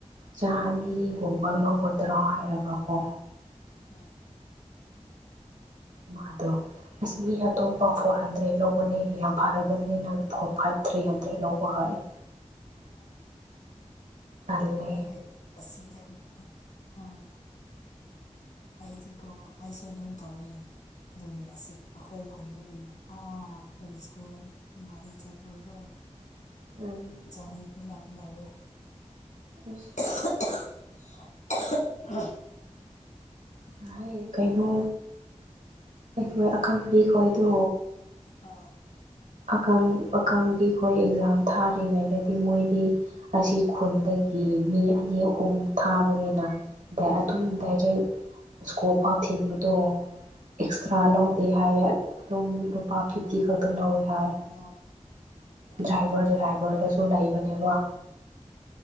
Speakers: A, on the right; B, on the left.
A: ꯆꯅꯤꯒꯨꯝꯕ ꯂꯧꯒꯗ꯭ꯔꯥ ꯍꯥꯏꯔꯒꯀꯣ
B: ꯎꯝ
A: ꯃꯥꯗꯣ ꯑꯁ ꯃꯤ ꯑꯇꯣꯞꯄ ꯐꯣꯔ ꯍꯟꯗ꯭ꯔꯦꯗ ꯂꯧꯕꯅꯦ ꯌꯥꯝ ꯐꯔꯕꯅꯤ ꯅꯪ ꯐꯣꯔ ꯐꯥꯏꯚ ꯊ꯭ꯔꯤ ꯍꯟꯗ꯭ꯔꯦꯗ ꯂꯧꯕ ꯍꯥꯏꯑꯦ
B: ꯑꯝ
A: ꯇꯜꯂꯦ
B: ꯑꯩꯈꯣꯏꯗꯤ ꯑꯁꯤꯖꯅꯤ ꯎꯝ ꯑꯩꯁꯤ ꯀꯣ ꯑꯩꯁꯨ ꯑꯗꯨꯝ ꯇꯧꯏ ꯑꯗꯨꯅꯤ ꯑꯁꯤ ꯑꯩꯈꯣꯏ ꯈꯨꯟꯒꯤ ꯑꯥ ꯑꯩꯈꯣꯏꯒꯤ ꯁ꯭ꯀꯨꯜ ꯎꯟꯅꯕ ꯆꯠꯄꯥꯗꯣ
A: ꯎꯝ
B: ꯆꯥꯅꯤꯗꯤ <unintelligible> ꯂꯧꯋꯦ
A: ꯏꯁ
B: <unintelligible>
A: <unintelligible> ꯀꯩꯅꯣ ꯑꯩꯈꯣꯏ ꯑꯀꯪꯕꯤꯈꯣꯏꯗꯣ
B: ꯑꯥꯎ
A: ꯑꯀꯪ ꯑꯀꯪꯕꯤꯈꯣꯏ ꯑꯦꯛꯖꯥꯝ ꯊꯥꯔꯤꯉꯩꯗꯗꯤ ꯃꯣꯏꯗꯤ ꯑꯁꯤ ꯈꯨꯟꯗꯒꯤ ꯃꯤ ꯑꯅꯤ ꯑꯍꯨꯝ ꯊꯥꯕꯅꯤꯅ ꯑꯗꯨꯝ ꯗꯥꯏꯔꯦꯛ ꯁꯀꯣꯜ ꯐꯥꯎ ꯊꯤꯟꯕꯗꯣ ꯑꯦꯛꯁꯇ꯭ꯔꯥ
B: ꯎꯝ
A: ꯂꯧꯗꯦ ꯍꯥꯏꯌꯦ ꯑꯗꯨꯝ ꯂꯨꯄꯥ ꯐꯤꯐꯇꯤ ꯈꯛꯇ ꯂꯧꯋꯦ ꯍꯥꯏ
B: <unintelligible> ꯑꯗꯨꯗꯤ
A: ꯗ꯭ꯔꯥꯏꯚꯔꯗ
B: ꯌꯥꯝ ꯐꯩ
A: ꯗ꯭ꯔꯥꯏꯚꯔꯗꯁꯨ ꯂꯩꯕꯅꯦꯕ